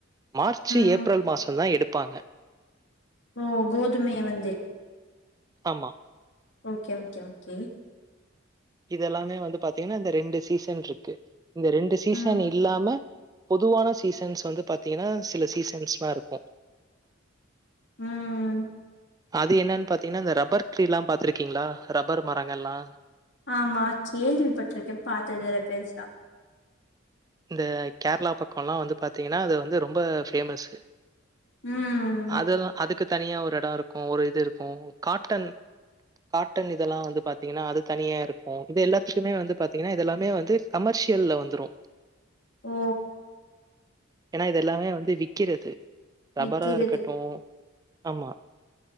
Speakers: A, on the right; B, on the left.
A: மார்ச்
B: ம்
A: ஏப்ரல் மாசம் தா எடுப் பப்பாங்க
B: ஓ கோதுமைய வந்து
A: ஆமா
B: ஓகே ஓகே ஓகே
A: இதெல்லாமே வந்து பாத்தீங்கன்னா இந்த ரெண்டு சீசன் இருக்கு இந்த ரெண்டு சீசன்
B: ம்
A: இல்லாம பொதுவான சீசன்ஸ் வந்து பாத்தீங்கன்னா சில சீசன்ஸ்லா இருக்கு
B: உம்
A: அது என்னன்னு பாத்தீங்கன்னா இந்த ரப்பர் ட்ரீ எல்லாபாத்துருக்கீங்ளா ரப்பர் மரங்க எல்லா
B: ஆமா கேள்விப்பட்டிருக்கே பாத்ததுல்ல பெருசா
A: இந்த கேரளா பக்கோ எல்லா வந்து பாத்தீங்கன்னா அது வந்து ரொம்ப பேஃமஸ்சு
B: ம்
A: அதுல்ல அதுக்கு தனியா ஒரு எடம் இருக்கு ஒரு இது இருக்கு காட்டன் காட்டன் இதெல்லா வந்து பாத்தீங்கன்னா அது தனியா இருக்கு இது எல்லாத்துக்குமே வந்து பாத்தீங்கன்னா இதெல்லாமே வந்து கமர்ஷியல்ல வந்துடு
B: ஓ
A: இதெல்லாமே வந்து விக்கிறது
B: விக்கிறது
A: ரப்பரா இருக்கட்டு ஆமா